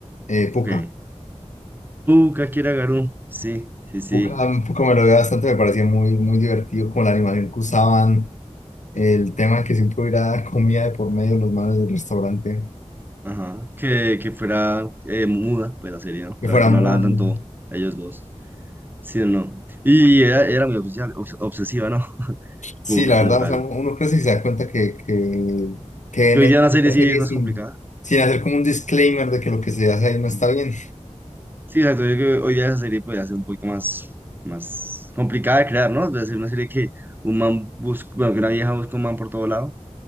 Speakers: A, on the left (about 85°); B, on the right (about 15°).
A: Eh, Pucca.
B: que Puka, Kira Garu, sí, sí, sí.
A: Book- A mí como lo veía bastante, me parecía muy, muy divertido como la animación que usaban, el tema de que siempre hubiera <laughs> comida de por medio en los manos del restaurante,
B: Ajá, que, que fuera eh, muda, pues la serie, ¿no?
A: que
B: Realmente
A: fuera muy...
B: no hablaban tanto ellos dos, sí o no. Y era, era muy obsesiva, obs- obsesiva, ¿no? <laughs>
A: Sí,
B: Puca
A: la
B: como
A: verdad,
B: tal.
A: o sea, uno crece y se da cuenta que, que, que
B: Que
A: en
B: hoy
A: esta
B: día la serie sí
A: serie
B: es más
A: sin,
B: complicada.
A: sin hacer como un disclaimer de que lo que se hace ahí no está bien.
B: Sí, exacto, yo creo que hoy día esa serie podría ser un poquito más, más complicada de crear, ¿no? Debe ser una serie que un man busca, bueno, que una vieja busca un man por todo lado.